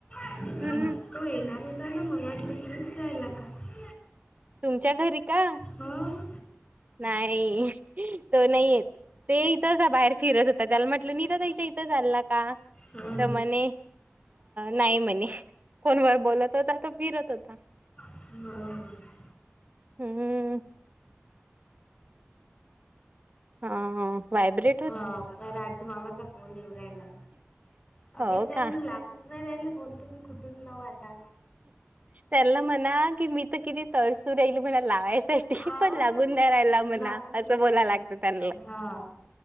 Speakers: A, on the left; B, on the right.
A: ह.
B: हम्म
A: तो येणार होता ना मला वाटलं मीच जायला लागणार.
B: तुमच्या घरी का
A: हम
B: नाही, तो नाही येत. ते इथं बाहेर फिरत होता. त्याला म्हटलं नी तर त्याच्या इथं चालला का
A: हा
B: तर म्हणे, नाही म्हणे. फोन व बोलत होता, तो फिरत होता.
A: हम.
B: हम्म. हा वयब्रेट
A: ह राजूमामाचा फोन येव रायला अभ
B: हो
A: त्यांना
B: का?
A: लाग. उसमा राहिला फोन तुम्ही खुठून लावू आता.
B: त्याला म्हणा की मी किती तळसू राहील म्हणा लावायसाठी
A: हाव
B: पण लागून
A: ना
B: द्या राहिला म्हणा
A: लागून
B: असं
A: नाही राहिले
B: बोलाय लागतं त्यांला
A: हा,